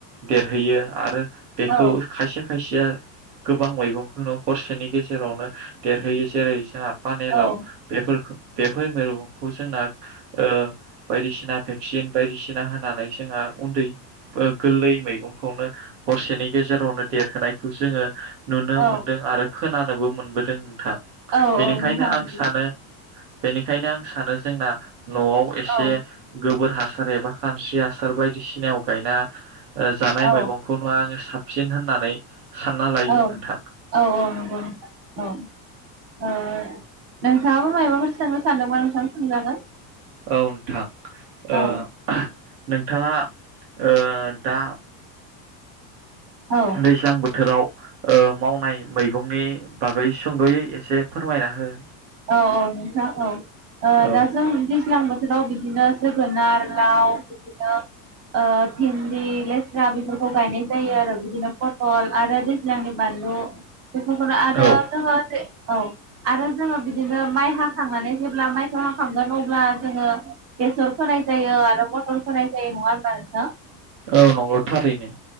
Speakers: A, on the right (about 75°); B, on the right (about 50°).
A: देरहैयो। आरो बेखौ
B: औ
A: खायसे खायसेया गोबां मैगंखौनो हरसेनि गेजेरावनो देरहोयो जेरै जोंहा फानेलाव
B: औ
A: बेफोरखौ बेफोर मिरुखौ जोंना ओ बायदिसिना भेक्सिन बायदिसिना होनानै जोंहा ओ उन्दै गोरलै मैगंखौनो हरसेनि गेजेरावनो देरहोनायखौ जोंङो नुनो
B: औ
A: मोनदों आरो खोना नोबो मोनबोदों। थां
B: औ
A: बेनिखायनो
B: औ नोंथां नंगौ
A: आं सानो बेनिखायनो आं सानो जोंना न'आव एसे
B: औ
A: गोबोर हासार एबा खानस्रि हासार बायदिसिनायाव गायना ओ जानाय
B: औ
A: मैगंखौ नुया आंङो साब फिन होननानै सानना लायो
B: औ
A: नोंथां
B: औ औ नंगौ नोथां औ ओ नोंथाङाबो मायबाफोर सोंनो सानदोंबा नोंथां सोंजागोन।
A: औ नोथां
B: औ
A: ओ नोंथांङा ओ दा
B: औ
A: दैज्लां बोथोराव ओ मावनाय मैगंनि बागै सुंदयै एसे फोरमायना हो
B: औ औ नोंथां औ ओ
A: औ
B: दा जों दैज्लां बोथोराव बि बिदिनो जोगोनार लाव बिदिनो ओ भिन्दि लेस्रा बेफोरखौ गायनाय जायो आरो बिदिनो फल आरो दैज्लांनि बानलु बेफोरखौनो आरो
A: औ
B: जोङो जे औ आरो जोङो बिदिनो माइ हाखांनानै जेब्ला माइखौ हाखांगोन अब्ला जोङो बेसर फोनाय जायो आरो मटर फोनाय जायो नङा होनबब्ला नोंथां।
A: औ नंगौ थारैनो